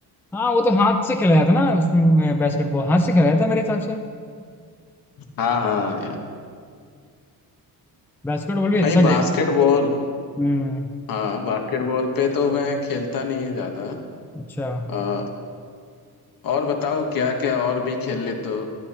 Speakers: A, in the centre; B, on the left.
A: हाँ वो तो हाथ से खेला जाता ना उसमें बास्केटबॉल हाथ से खेला जाता मेरे हिसाब से
B: हाँ हाँ यार
A: बास्केटबॉल भी अच्छा
B: भाई बास्केटबॉल
A: खेल हम्म
B: हाँ बास्केटबॉल पे तो मैं खेलता नहीं है ज्यादा
A: अच्छा
B: अ, और बताओ क्या क्या और भी खेल लेते हो